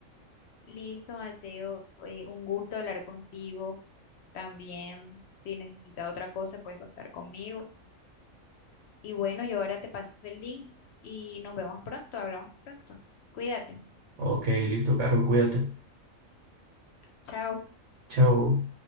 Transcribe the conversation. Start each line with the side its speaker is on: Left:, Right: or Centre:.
Left: Listo, Mateo, eh, un gusto hablar contigo. También, si necesitas otra cosa, puedes contar conmigo. Y bueno, yo ahora te paso el link y nos vemos pronto, hablamos pronto. Cuídate.
Right: Ok, listo, Caro, cuídate.
Left: Chao.
Right: Chao.